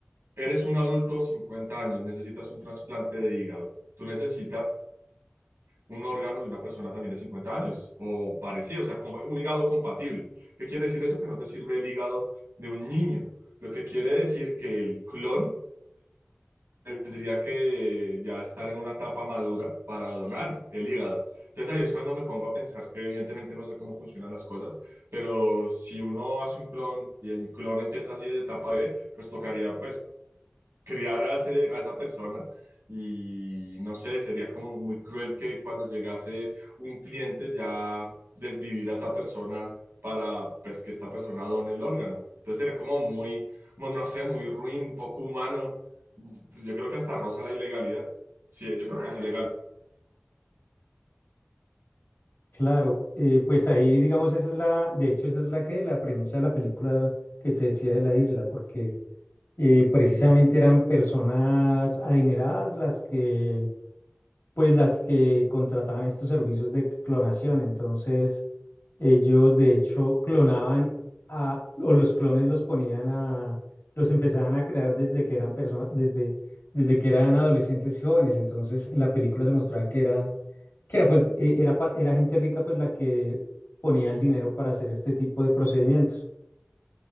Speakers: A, on the right (about 80°); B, on the left (about 75°).
A: Eres un adulto, 50 años, necesitas un trasplante de hígado. Tú necesitas un órgano de una persona también de 50 años o parecido, o sea, como un hígado compatible. ¿Qué quiere decir eso? Que no te sirve el hígado de un niño. Lo que quiere decir que el clon tendría que ya estar en una etapa madura para donar el hígado. Entonces ahí es cuando me pongo a pensar que evidentemente no sé cómo funcionan las cosas, pero si uno hace un clon y el clon empieza así de etapa B, pues tocaría pues criar a, ese- a esa persona y no sé, sería como muy cruel que cuando llegase un cliente ya desvivir a esa persona para pues que esta persona done el órgano. Entonces sería como muy, bueno, no sé, muy ruin, poco humano. Yo creo que hasta roza la ilegalidad. Sí, yo creo que es ilegal.
B: Claro, eh, pues ahí digamos esa es la, de hecho esa es la que, la premisa de la película que te decía de la isla, porque eh, precisamente eran personas adineradas las que pues las que contrataban estos servicios de clonación. Entonces, ellos de hecho clonaban a, o los clones los ponían a, los empezaban a crear desde que eran personas, desde, desde que eran adolescentes y jóvenes. Entonces, en la película se mostraba que era, que era pues, eh, era, pa- era gente rica pues la que ponía el dinero para hacer este tipo de procedimientos.